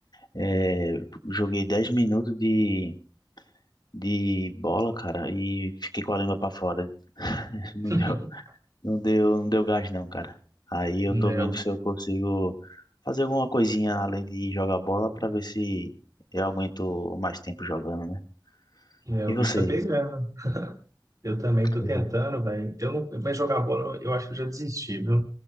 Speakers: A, on the left (about 60°); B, on the right (about 45°).
A: é, joguei 10 minutos de de bola, cara, e fiquei com a língua pra fora. <laughs> Não
B: <laughs>
A: deu, não deu, não deu gás não, cara. Aí eu
B: É,
A: tô vendo
B: o,
A: se eu consigo fazer alguma coisinha além de jogar bola pra ver se eu aguento mais tempo jogando, né?
B: é,
A: E
B: o
A: você?
B: bicho tá pegando. Eu também tô
A: Pois
B: tentando,
A: é.
B: velho. Eu não, mas jogar bola, eu acho que eu já desisti, viu?